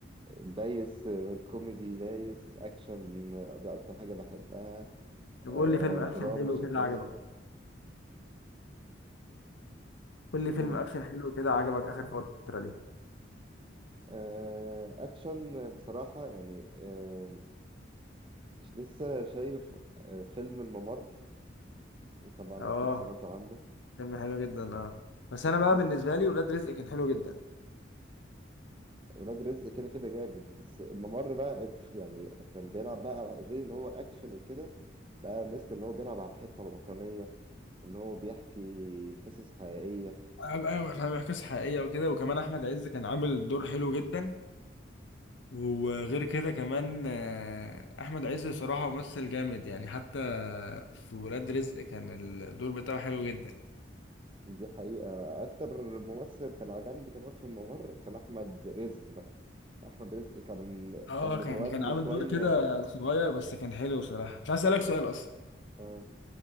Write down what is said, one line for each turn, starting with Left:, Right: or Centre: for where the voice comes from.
Right: دايس كوميدي دايس اكشن ده اكتر حاجة بحبها
Left: طب
Right: آه،
Left: قول لي فيلم أكشن
Right: دراما
Left: حلو
Right: شغال
Left: كده عجبك، قول لي فيلم
Right: قول
Left: أكشن
Right: لي
Left: حلو كده عجبك آخر فترة دي،
Right: آه، اكشن بصراحة يعني آه، لسه شايف آه، فيلم الممر طبعا
Left: أه
Right: اكيد سمعت عنه
Left: فيلم حلو جدا أه، بس
Right: كان
Left: أنا بقى
Right: لسه
Left: بالنسبة لي ولاد رزق كان حلو جدا،
Right: ولاد رزق كده كده جامد بس الممر بقى يعني كان بيلعب بقى على- غير ان هو اكشن وكده بقى ميزته ان هو بيلعب على الحتة الوطنية وان هو بيحكي قصص حقيقية
Left: هبقى بيحكي قصة حقيقية وكده وكمان أحمد عز كان عامل دور حلو جدا وغير كده كمان آه، احمد عز صراحة ممثل جامد يعني حتى في ولاد رزق كان الدور بتاعه حلو جدا
Right: دي حقيقة أكتر ممثل كان عجبني كمان في الممر كان أحمد رزق بقى أحمد رزق كان
Left: اه
Right: كان متولي
Left: كان كان عامل
Right: شوية
Left: دور كده صغير بس كان حلو صراحة بس عايز اسألك سؤال اصلا
Right: آه،